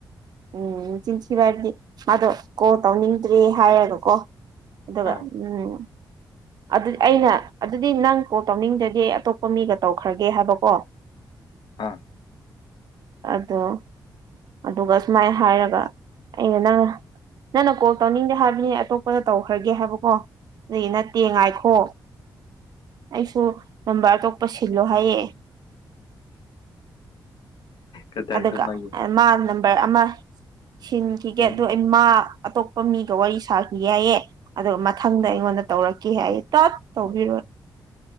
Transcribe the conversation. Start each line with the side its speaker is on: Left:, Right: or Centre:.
Right: ꯎꯝ ꯆ ꯁꯤꯚ ꯍꯥꯏꯗꯤ ꯃꯥꯗꯣ ꯀꯣꯜ ꯇꯧꯅꯤꯡꯗ꯭ꯔꯦ ꯍꯥꯏꯔꯒꯀꯣ ꯑꯗꯨꯒ
Left: ꯍꯣꯏ
Right: ꯎꯝ ꯑꯗꯨꯗꯤ ꯑꯩꯅ ꯑꯗꯨꯗꯤ ꯅꯪ ꯀꯣꯜ ꯇꯧꯅꯤꯡꯖꯒꯦ ꯑꯇꯣꯞꯄ ꯃꯤꯒ ꯇꯧꯈ꯭ꯔꯒꯦ ꯍꯥꯏꯕꯀꯣ <unintelligible>
Left: ꯑꯥ
Right: ꯑꯗꯣ ꯑꯗꯨꯒ ꯁꯨꯃꯥꯏꯅ ꯍꯥꯏꯔꯒ ꯑꯩꯅ ꯅꯪ ꯅꯪꯅ ꯀꯣꯜ ꯇꯧꯅꯤꯡꯗꯦ ꯍꯥꯏꯕꯅꯤ ꯑꯇꯣꯞꯄꯗ ꯇꯧꯈ꯭ꯔꯒꯦ ꯍꯥꯏꯕꯀꯣ ꯑꯗꯨꯗꯤ ꯅ ꯇꯦꯡꯉꯥꯏꯈꯣ ꯑꯩꯁꯨ ꯅꯝꯕꯔ ꯑꯇꯣꯞꯄ ꯁꯤꯜꯂꯣ ꯍꯥꯏꯌꯦ
Left: ꯀꯗꯔꯗꯣ
Right: ꯑꯗꯨꯒ
Left: ꯃꯥꯒꯤ
Right: ꯃꯥ ꯅꯝꯕꯔ ꯑꯃ ꯁꯤꯟꯈꯤꯒꯦ
Left: ꯎꯝ
Right: ꯑꯗꯨ ꯃꯥ ꯑꯇꯣꯞꯄ ꯃꯤꯒ ꯋꯥꯔꯤ ꯁꯥꯈꯤ ꯍꯥꯏꯌꯦ ꯑꯗꯨꯒ ꯃꯊꯪꯗ ꯑꯩꯉꯣꯟꯗ ꯇꯧꯔꯛꯈꯤ ꯑꯩ ꯇꯠ ꯇꯧꯕꯤꯔꯣ